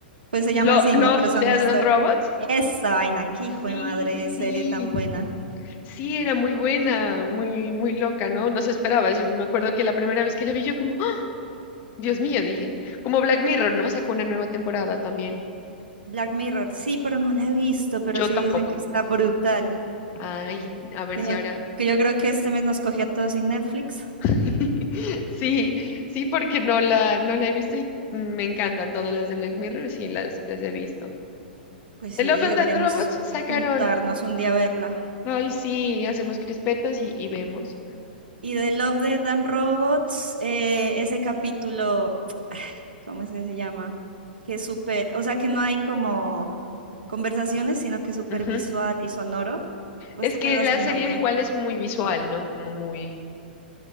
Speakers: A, on the right; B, on the left.
A: Pues se llama
B: Lo,
A: así,
B: Love,
A: ¿no? Pero son
B: Death
A: historias.
B: and Robots.
A: Esa vaina, qué hijo
B: Sí,
A: de madre, serie
B: sí.
A: tan buena.
B: Sí, era muy buena, muy, muy loca, ¿no? No se esperaba. Yo me acuerdo que la primera vez que la vi, yo como, "¡Ah! Dios mío, dije, como Black Mirror, ¿no? Sacó una nueva temporada también.
A: Black Mirror, sí, pero no la he visto, pero
B: Yo
A: sí
B: tampoco.
A: dicen que está brutal.
B: Ay, a ver
A: Sino
B: si ahora.
A: que yo creo que este mes nos cogió a todos sin Netflix.
B: <laughs> Sí, sí, porque no la, no la he visto y me encantan todas las de Black Mirror, sí, las, las he visto.
A: Pues sí,
B: The Love and
A: deberíamos
B: Death Robots sacaron,
A: juntarnos un día a verla.
B: ay, sí, hacemos crispetas y, y vemos.
A: Y de Love, Death and Robots, eh, ese capítulo, ah, ¿cómo es que se llama? Que es súper, o sea que no hay como conversaciones, sino que es súper
B: Ujú.
A: visual y sonoro. ¿Vos
B: Es
A: te acuerdas
B: que la
A: el
B: serie
A: nombre?
B: igual es muy visual, ¿no? Como muy,